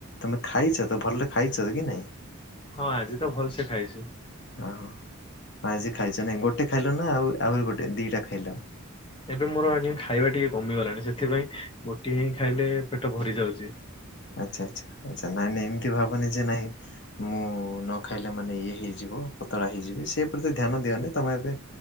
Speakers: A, on the left; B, on the left.
A: ତମେ ଖାଇଚ ତ ଭଲରେ ଖାଇଚ କି ନାଇଁ?
B: ହଁ ଆଜି ତ ଭଲସେ ଖାଇଛି।
A: ହଁ ଆଜି ଖାଇଚ ନାଇଁ, ଗୋଟେ ଖାଇଲ ନା ଆଉ ଆହୁରି ଗୋଟେ ଦିଟା ଖାଇଲ?
B: ଏବେ ମୋର ଆଜ୍ଞା ଖାଇବା ଟିକେ କମିଗଲାଣି, ସେଥିପାଇଁ ଗୋଟିଏ ହିଁ ଖାଇଲେ ପେଟ ଭରି ଯାଉଚି।
A: ଆଚ୍ଛା-ଆଚ୍ଛା-ଆଚ୍ଛା ନାଇଁ-ନାଇଁ ଏମ୍ତି ଭାବନି ଯେ ନାଇଁ ମୁଁ ନ ଖାଇଲେ ମାନେ ଇଏ ହେଇଯିବ ପତଳା ହେଇଯିବି, ସେ ପ୍ରତି ଧ୍ୟାନ ଦିଅନି ତମେ ଏବେ